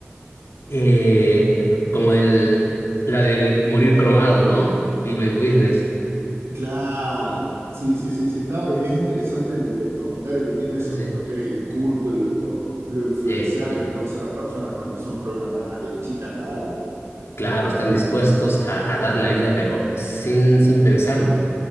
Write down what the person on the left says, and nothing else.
eh, como el, la del morir cromado, ¿no? Be my witness.
Entonces,
eh, eh,
claro, están dispuestos a, a dar la vida, pero sin, sin pensarlo.